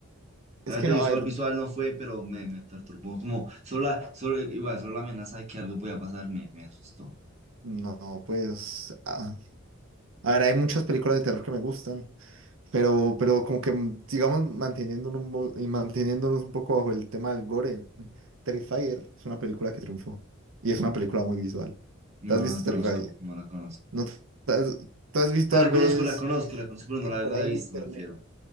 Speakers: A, on the right; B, on the right.
A: es
B: realmente
A: que no,
B: visual,
A: a ver,
B: visual no fue, pero me, me perturbó, como, solo la, solo, igual, solo la amenaza de que algo podía pasar me, me asustó.
A: no, pues, ah, a ver, hay muchas películas de terror que me gustan. Pero, pero como que mm, sigamos manteniéndonos un, bo- y manteniéndonos un poco bajo el tema del gore. Terrifier es una película que triunfó y es una película muy visual.
B: No,
A: ¿Te has
B: no
A: visto
B: la
A: Terrifier?
B: conozco, no la conozco.
A: ¿No te has, te has visto
B: O sea,
A: tal
B: la
A: vez
B: conozco, la conozco, la conozco, pero no
A: eh,
B: la,
A: por
B: no la
A: ahí
B: he visto,
A: en internet?
B: me refiero.